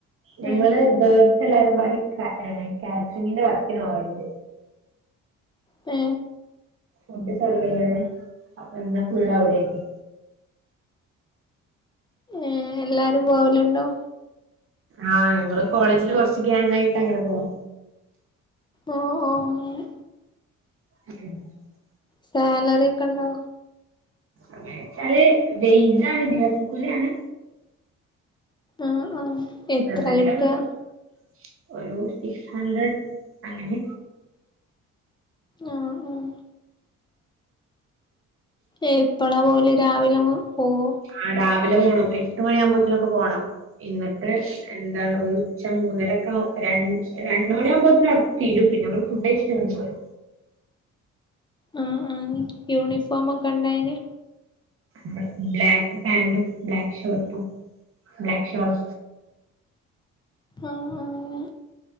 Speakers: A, on the right (about 45°); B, on the left (about 15°).
A: ഞങ്ങള്
B: ഏഹ്
A: ഇത്‌- എല്ലാരുംപാടി കാ കാറ്ററിങ്ങിന്റെ വർക്കിന് പോവലുണ്ട്
B: മ്
A: ഫുഡ് സർവ് ചെയ്യാനും അപ്പൊ പിന്നെ ഫുൾ അവടെയാന്
B: ഏ എല്ലാരും പോവലുണ്ടോ
A: ആഹ് ഞങ്ങള് കോളേജില് കൊറച്ച് ഗ്യാങ്ങായിട്ട് അങ്ങനെ പോകും
B: ഓ ഓ അങ്ങനെ
A: <unintelligible>
B: സാലറി ഒക്കെണ്ടോ
A: അങ്ങനെ വെയ്ജാണ് ദിവസക്കൂലിയാണ്
B: ആ ഹ് ആ ഹ് എത്ര
A: ചെറുതായിട്ടൊക്കെ
B: കിട്ടാ
A: കിട്ടും ഒരു സിക്സ് ഹൺഡ്രഡ് അങ്ങനെ
B: ആഹ് ആഹ് എപ്പളാ പോല്? രാവിലെ മു പോവും.
A: ആ രാവിലെ പോണം. എട്ട് മണിയാമ്പോത്തിനൊക്കെ പോണം. ഇന്നട്ട് എന്താണ് ഉച്ച മൂന്നരൊക്കെ രൺ രണ്ട് മണിയാവ്മ്പോത്തിന് അവടെ തീരും. പിന്നെ മ്മള് ഫുഡ് കയിച്ചിങ്ങട്ട് പോരും.
B: ആഹ് ആഹ് യൂണിഫോമൊക്കെണ്ടായിന്?
A: ണ്ട്. ബ്ലാക്ക് പാന്റും ബ്ലാക്ക് ഷേട്ടും ബ്ലാക്ക് ഷോളും.
B: ആഹ് ആഹ് അങ്ങനെ